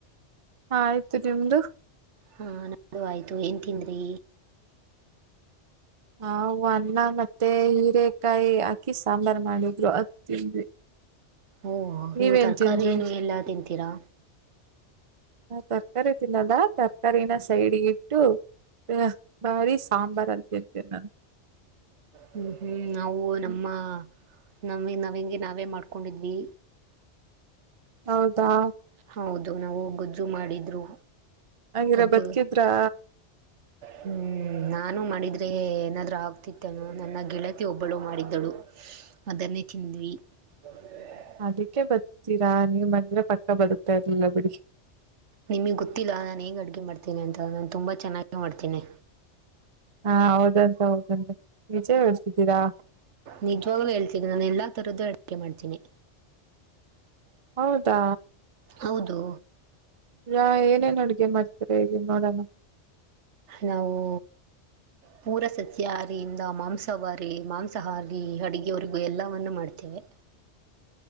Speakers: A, on the right; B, on the right.
A: ಆಯ್ತು ನಿಮ್ದು.
B: ಹಾ ನಮ್ದು ಆಯ್ತು ಏನ್ ತಿಂದ್ರೀ.
A: ನಾವು ಅನ್ನ ಮತ್ತೆ ಹೀರೆಕಾಯಿ ಹಾಕಿ ಸಾಂಬಾರ್ ಮಾಡಿದ್ರು ಅದ್ ತಿಂದ್ವಿ.
B: ಓ
A: ನೀವೇನ್
B: ನೀವು ತರಕಾರಿ
A: ತಿಂದ್ರಿ
B: ಏನು ಎಲ್ಲಾ ತಿಂತೀರಾ.
A: ನಾವ್ ತರಕಾರಿ ತಿನ್ನಲ್ಲ ತರಕಾರಿನ ಸೈಡ್ಗಿಟ್ಟು. ಯಾ ಬರೀ ಸಾಂಬಾರಲ್ಲಿ ತಿಂತಿನ್ ನಾನು.
B: ಹ್ಮ್ ಹ್ಮ್ ನಾವು
A: ನಾನು
B: ನಮ್ಮ. <unintelligible> ನಾವೇ ಮಾಡ್ಕೊಂಡಿದ್ವಿ.
A: ಹೌದಾ.
B: ಹೌದು, ನಾವು ಗೊಜ್ಜು ಮಾಡಿದ್ರು.
A: <unintelligible> ಬದ್ಕಿದ್ರಾ.
B: ಗೊ ಹ್ಮ್ ನಾನು ಮಾಡಿದ್ರೆ ಏನಾದ್ರು ಅಗ್ತಿತ್ತೇನೋ ನನ್ನ ಗೆಳತಿ ಒಬ್ಬಳು ಮಾಡಿದ್ದಳು. ಅದನ್ನೆ ತಿಂದ್ವಿ. <unintelligible>
A: ಅದಕ್ಕೆ <unintelligible> ಪಕ್ಕ ಬದುಕ್ತಾ ಇರ್ಲಿಲ್ಲ ಬಿಡಿ.
B: ನಿಮಗ್ ಗೊತ್ತಿಲ್ಲ ನಾನ್ ಹೆಗ್ ಅಡ್ಗೆ ಮಾಡ್ತೀನಿ ಅಂತ ನಾನ್ ತುಂಬಾ ಚೆನ್ನಾಗೆ ಮಾಡ್ತೀನಿ.
A: ಹಾ ಹೌದಂತೆ <unintelligible> ನಿಜ ಹೇಳ್ತಿದೀರಾ.
B: ನಿಜ್ವಾಗ್ಲೂ ಹೇಳ್ತೀನಿ ನಾನ್ ಎಲ್ಲಾ ತರದ್ದು ಅಡ್ಗೆ ಮಾಡ್ತೀನಿ.
A: ಹೌದಾ.
B: ಹೌದು.
A: ಯಾ ಏನೇನ್ ಅಡುಗೆ ಮಾಡ್ತೀರಾ ಹೇಳಿ ನೋಡೋಣ.
B: ನಾವೂ. ಪೂರ ಸಸ್ಯಾಹಾರಿಯಿಂದ ಮಾಂಸವಾರಿ ಮಾಂಸಾಹಾರಿ ಅಡುಗೆವರಿಗೂ ಎಲ್ಲವನ್ನು ಮಾಡ್ತೇವೆ.